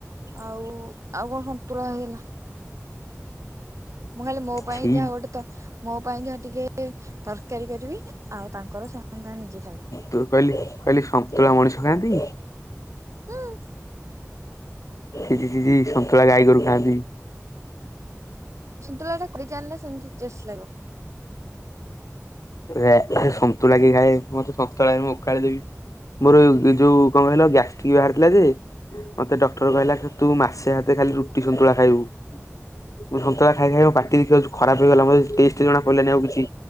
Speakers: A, on the right; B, on the left.
A: ଆଉ ଆଉ କଣ ସନ୍ତୁଳା ହେଇଥିଲା। ମୁଁ ଖାଲି ମୋ ପାଇଁ
B: ଛି
A: ଯାହା ଗୋଟେ ତ ମୋ ପାଇଁ ଯାହା ଟିକେ କେ ତରକାରୀ କରିବି। ଆଉ ତାଙ୍କର ସେମାନେ ତାଙ୍କର ନିଜେ ଖାଇବେ।
B: ତୁ କହିଲି କହିଲି ସନ୍ତୁଳା ମଣିଷ ଖାଆନ୍ତି?
A: ହୁଁ
B: ଛି ଛି ଛି ସନ୍ତୁଳା ଗାଈଗୋରୁ ଖାଆନ୍ତି।
A: ସନ୍ତୁଳା ଟା କରି ଜାଣିଲେ ସେମିତି ଟେଷ୍ଟ ଲାଗିବ।
B: ୱେ ସନ୍ତୁଳା କିଏ ଖାଏ। ମତେ ସନ୍ତୁଳା ଦେଲେ ମୁଁ ଓକାଳି ଦେବି। ମୋର ଯୋଉ କଣ କହିଲ ଗ୍ୟାସ ଷ୍ଟିକ୍ ବାହାରିଥିଲା ଯେ, ମତେ ଡକ୍ଟର କହିଲା ତୁ ମାସେ ଆତେ ଖାଲି ରୁଟି ସନ୍ତୁଳା ଖାଇବୁ। ମୁଁ ସନ୍ତୁଳା ଖାଇ ଖାଇ ପାଟି ବି ଖରାପ ହେଇଗଲା ମତେ ଟେଷ୍ଟ ଜଣା ପଡିଲାନି ଆଉ କିଛି।